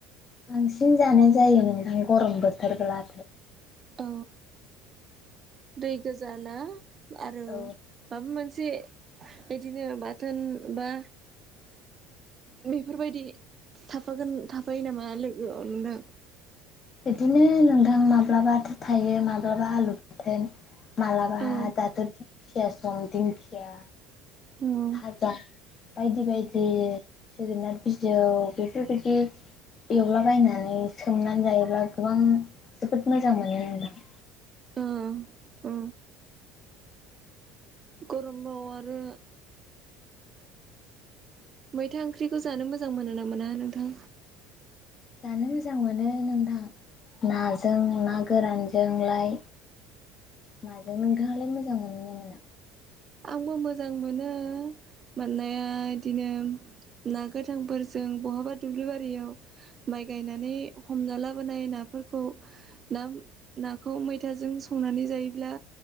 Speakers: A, on the left; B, on the right.
A: बांसिन जानाय जायो नोंथां गरम बोथोरब्ला
B: औ दै गोजाना आरो
A: औ
B: माबा मोनसे बिदिनो बाथोन बा बेफोरबायदि थाफागोन थाफायो नामा लोगोआव नोंथां
A: बिदिनो नोंथां माब्लाबाथ' थायो माब्लाबा आलु बाथोन माब्लाबा
B: औ
A: दाथ' दिंखिया सम दिंखिया
B: उम
A: भाजा बायदि बायदि जोगोनाट बिजौ बेफोरबायदि एवलाबायनानै सोमनानै जायोब्ला गोबां जोबोद मोजां मोनो नोंथां
B: औ औ गरमबाव आरो मैथा ओंख्रिखौ जानो मोजां मोनो ना मोना नोंथां
A: जानो मोजां मोनो नोंथां नाजों ना गोरानजोंलाय माजों नोंथाङालाय मोजां मोनो ना मोना
B: आंबो मोजां मोनो मोननाया बिदिनो ना गोथांफोरजों बहाबा दुब्लि बारियाव माइ गायनानै हमना लाबोनाय नाफोरखौ ना नाखौ मैथाजों संनानै जायोब्ला